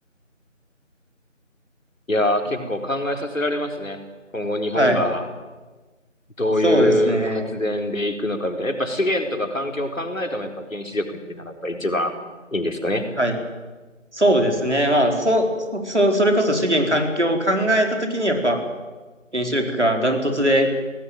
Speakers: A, on the left; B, on the right.
A: い。いやー、結構考えさせられますね。
B: うん、
A: 今後日本が
B: はい。
A: どういう発電でいくのかみたいな。
B: そうですね。
A: やっぱ資源とか環境を考えてもやっぱ原子力っていうのがやっぱ一番いいんですかね。
B: はい。そうですね。まあ、そう、そ、そそれこそ資源環境を考えたときに、やっぱ原子力がダントツで